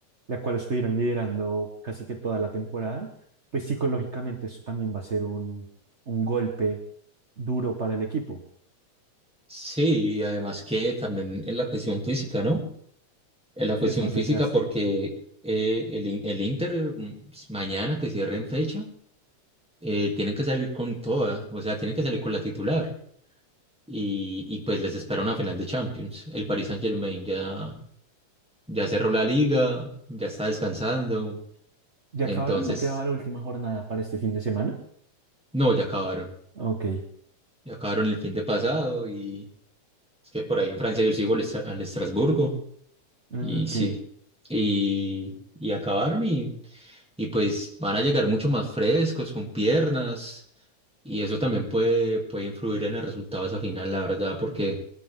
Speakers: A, on the right (about 45°); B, in the centre.
A: la cual estuvieron liderando casi que toda la temporada, pues psicológicamente eso también va a ser un, un golpe duro para el equipo.
B: Sí, y además que también en la cuestión física, ¿no? En la
A: Sí,
B: cuestión
A: es más
B: física
A: desgaste.
B: porque eh, el, In- el Inter mm, mañana que cierre en fecha, eh, tienen que salir con toda, o sea, tienen que salir con la titular. Y, y pues les espera una final de Champions. El Paris Saint-Germain ya Ya cerró la liga, ya está descansando.
A: ¿Ya
B: Entonces,
A: acabaron? ¿No quedaba la última jornada para este fin de semana?
B: no, ya acabaron.
A: Ok.
B: Ya acabaron el fin de pasado y es que por ahí en Francia yo sigo al, Estra- al Estrasburgo
A: Ah,
B: y
A: Ok,
B: sí. Y, y acabaron y, y pues van a llegar mucho más frescos, con piernas. Y eso también puede, puede influir en el resultado de esa final, la verdad, porque